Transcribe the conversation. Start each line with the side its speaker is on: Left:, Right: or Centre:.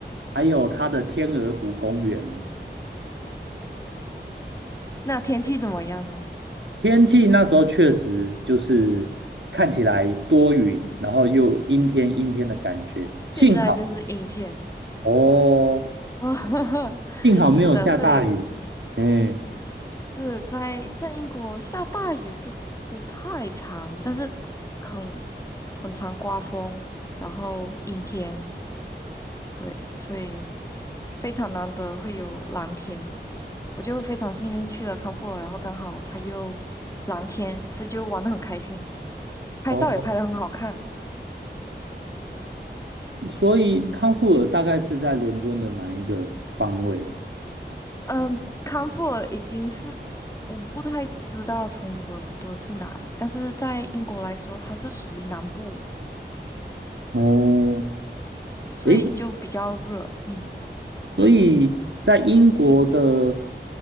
Right: 还有它的天鹅湖公园。
Left: 那天气怎么样呢？
Right: 天气那时候确实就是看起来多云，然后又阴天阴天的感觉。幸好
Left: 现在就是阴天。
Right: <laughs> 哦，
Left: 哦，<laughs>
Right: 幸好没有下大雨。
Left: 是的，所以嗯，
Right: 哎，
Left: 是在在英国下大雨就不太常，但是很很常刮风，然后阴天，对，所以非常难得会有蓝天。我就非常幸运去了康沃尔，然后刚好它又蓝天，所以就玩得很开心，拍照也拍得很好看。
Right: 哦，所以康沃尔大概是在伦敦的哪一个方位啊？
Left: 嗯，康沃尔已经是我不太知道从伦敦是哪里，但是在英国来说，它是属于南部，
Right: 哦，
Left: 所以就比较热。
Right: 诶，
Left: 嗯。
Right: 所以在英国的